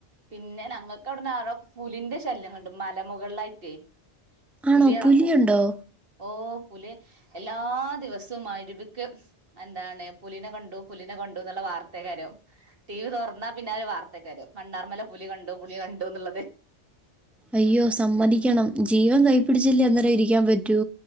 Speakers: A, on the right (about 55°); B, in the centre.
A: പിന്നെ ഞങ്ങക്ക് ഔടന്ന് അറ പുലിന്റെ ശല്യങ്ങണ്ട് മല മുകളിലായിട്ടേ പുലി
B: ആണോ
A: എറങ്ങും
B: പുലിയുണ്ടോ
A: ഓ പുലി എല്ലാ ദിവസവും മഗ്‌രിബ്ക്ക് എന്താണ് പുലിനെ കണ്ടു പുലിനെ കണ്ടൂന്നുള്ള വാർത്തെയ്ക്കാരം ടി വി തൊർന്നാ പിന്നെ അത് ഒരു വാർത്തെക്കാരം മണ്ണാർമല പുലി കണ്ടു പുളി കണ്ടൂന്ന്ള്ളത്
B: അയ്യോ സമ്മതിക്കണം ജീവൻ കൈ പിടിച്ചെല്ലേ അന്നെരം ഇരിക്കാൻ പറ്റൂ